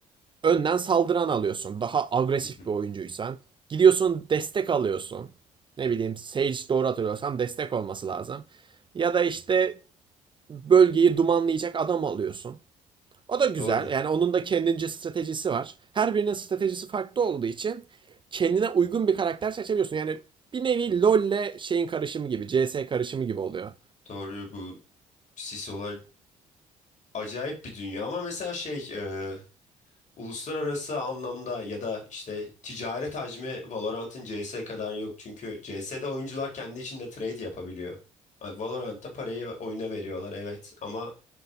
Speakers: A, on the right; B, on the left.
A: önden saldıran alıyorsun. Daha agresif
B: Hı hı.
A: bir oyuncuysan. Gidiyorsun destek alıyorsun. Ne bileyim Sage doğru hatırlıyorsam destek olması lazım. Ya da işte bölgeyi dumanlayacak adam alıyorsun. O da güzel.
B: Doğru.
A: Yani onun da kendince stratejisi var. Her birinin stratejisi farklı olduğu için kendine uygun bir karakter seçebiliyorsun. Yani bir nevi LoL'le şeyin karışımı gibi, CS karışımı gibi oluyor.
B: Doğru bu Sisolar acayip bir dünya ama mesela şey e, uluslararası anlamda ya da işte ticaret hacmi Valorant'ın CS kadar yok. Çünkü CS'de oyuncular kendi içinde trade yapabiliyor. Hani Valorant'ta parayı oyuna veriyorlar evet ama